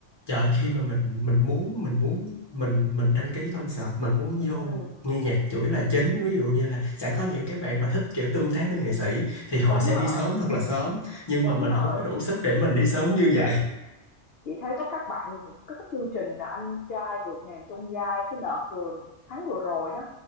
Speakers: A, on the left; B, on the left.
A: trời ơi, khi mà mình mình muốn Mình muốn mình mình đăng ký concert Mình muốn vô
B: Ừm,
A: nghe nhạc chủ yếu là chính Ví dụ như là sẽ có những cái bạn mà thích Kiểu tương tác với nghệ sĩ Thì họ
B: đúng
A: sẽ
B: rồi,
A: đi sớm thật là sớm Nhưng
B: đúng
A: mà mình
B: rồi.
A: không có đủ sức để mình đi sớm như vậy
B: Chị thấy có các bạn có các chương trình là Anh trai vượt ngàn chông gai cái đợt vừa tháng vừa rồi đó,